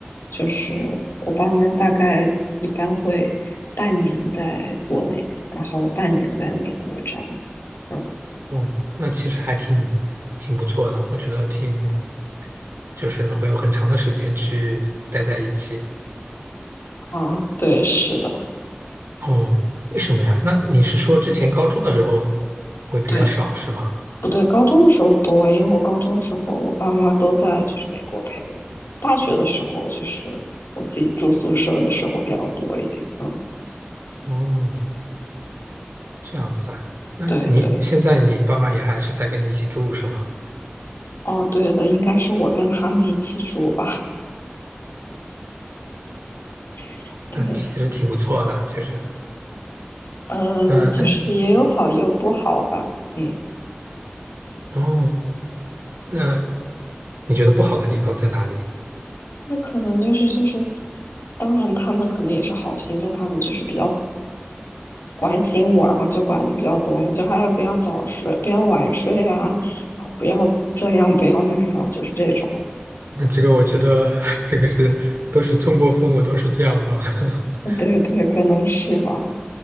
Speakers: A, on the left; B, on the right.
A: 就是我爸妈大概一般会半年在国内。然后半年在美国这样子。嗯，
B: 哦，那其实还挺挺不错的，我觉得挺就是会有很长的时间去待在一起。
A: 啊，对，是的，
B: 哦，为什么呀？那你是说之前高中的时候会比较少是吗？
A: 对，不对，高中的时候多，因为我高中的时候我爸妈都在就是美国陪我，大学的时候就是我自己住宿舍的时候比较多一点，嗯，
B: 哦，这样子啊。那你现在你爸妈也还是在跟你一起住是吗？
A: 对对，哦，对的，应该是我跟他们一起住吧，<laughs> 对，
B: 那其实挺不错的，就是
A: 呃，
B: 那嗯，
A: 就是也有好也有不好吧，嗯，
B: 哦，那你觉得不好的地方在哪里？
A: 那可能就是就是，当然他们可能也是好心，就他们就是比较关心我，然后就管的比较多嘛，就哎不要早睡，不要晚睡啊，然后不要这样，不要那样，就是这种。
B: 那这个我觉得 <laughs> 这个是都是中国父母都是这样吧。<laughs>
A: <laughs> 对对，可能是吧。